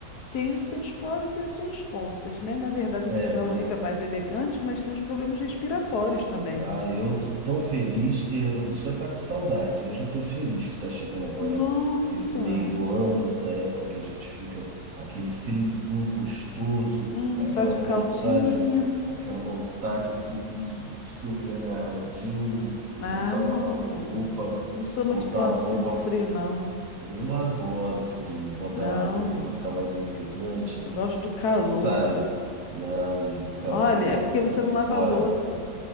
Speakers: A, on the left; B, on the right.
A: tem os seus pós e tem os seus contras, né? Na verdade,
B: É,
A: a pessoa
B: mas
A: ela fica mais elegante, mas tem os problemas respiratórios também.
B: ah, eu tô tão feliz que você já tá com saudade. Eu já tô feliz que tá chegando agora
A: Nossa,
B: esse meio do ano, essa época que a gente fica aquele friozinho gostoso,
A: hum,
B: aquela
A: faz
B: vontade,
A: um caldinho.
B: aquela vontade assim que de de dormir agarradinho,
A: Ah,
B: botar
A: não,
B: uma roupa,
A: não sou muito
B: botar
A: fã assim
B: uma roupa
A: do frio, não.
B: Eu adoro frio, botar
A: Não,
B: uma roupa para ficar mais elegante.
A: eu gosto do calor.
B: Sai, minha amiga, calor,
A: Olha, é porque você
B: tô fora.
A: não lava a louça.